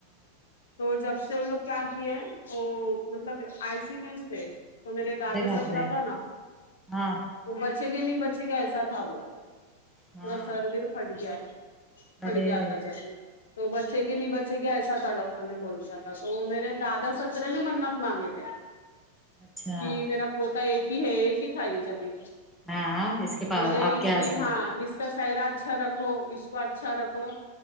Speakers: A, on the left; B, in the centre.
A: تو جب سے وہ لوگ کیا کی ہے وہ مطلب آئی س یو میں تھے تو میرے دادا
B: ارے باپ رے ہاں ہاں ہاں ہاں ہاں ارے باپ
A: سسرا
B: رے
A: تھا نا
B: ہاں
A: وہ بچے گے نہیں بچے گے ایسا تھا بولتے
B: ہاں
A: پورا سرویر پھٹ گیا ہے پھٹ
B: ارے
A: گیا
B: ارے
A: تھا جب تو بچے گے نہیں بچے گے ایسا تھا ڈاکٹر بولتا تھا تو میرے دادا سسرے نے منت مانگے تھے
B: اچھا
A: کی میرا پوتا ایک ہی ہے ایک ہی تھا یہ جبھی
B: ہاں اس کے پاس
A: بولے
B: آپ
A: اس
B: کے
A: کی
B: ہسبینڈ
A: ہاں اس اس کا سائرا اچھا رکھو اس کو اچھا رکھو